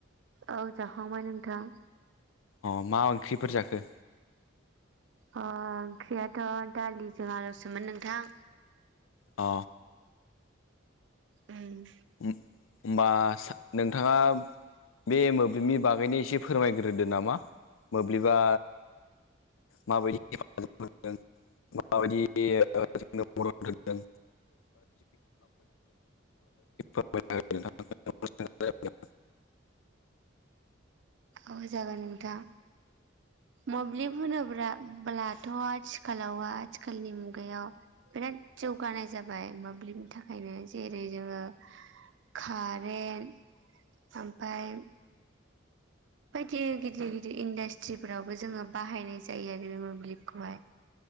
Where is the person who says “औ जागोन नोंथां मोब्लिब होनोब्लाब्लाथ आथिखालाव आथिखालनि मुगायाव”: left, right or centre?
Right